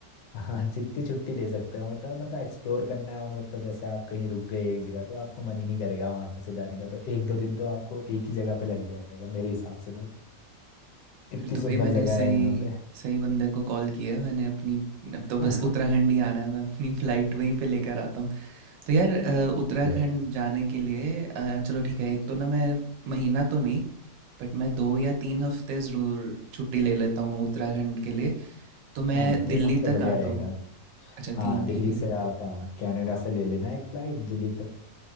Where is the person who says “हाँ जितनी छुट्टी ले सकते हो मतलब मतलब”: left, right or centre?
Left